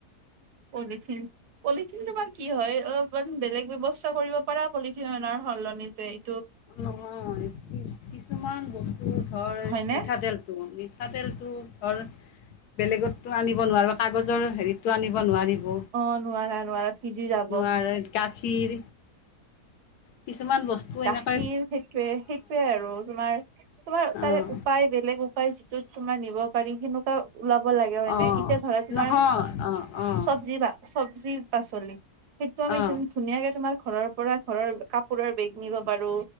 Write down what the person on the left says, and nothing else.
নহয় কি কিছুমান বস্তু ধৰ
মিঠাতেল মিঠাতেলতো ধৰ বেলেগতটো আনিব নোৱাৰো কাগজৰ হেৰিত টো আনিব নোৱাৰিব
নোৱাৰে গাখীৰ কিছুমান বস্তু এনেক
অঁ
অঁ
নহয় অঁ অঁ
অঁ